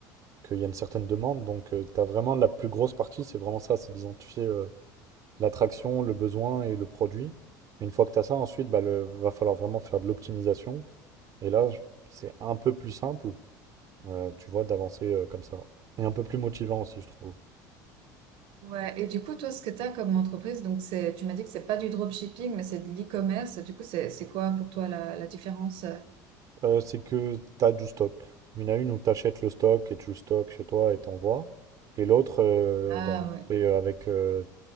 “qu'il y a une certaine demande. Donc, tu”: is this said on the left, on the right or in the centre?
Right